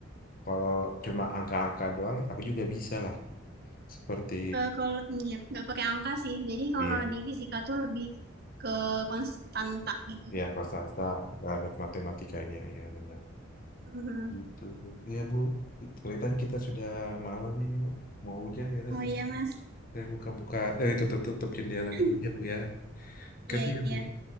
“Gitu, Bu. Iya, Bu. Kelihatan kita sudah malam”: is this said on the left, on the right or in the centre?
Left